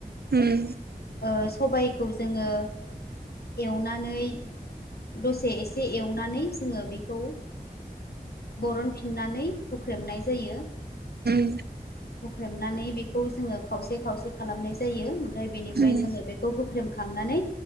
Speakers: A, on the right; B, on the left.
A: उम
B: ओ सबायखौ जोङो एवनानै दसे एसे एवनानै जोङो बेखौ बरनफिननानै हुख्रेमनाय जायो
A: <inaudible>
B: हुख्रेमनानै बेखौ जोङो खावसे खावसे खालामनाय जायो ओमफ्राय बेनिफ्राय
A: उम
B: जोङो बेखौ हुख्रेमखांनानै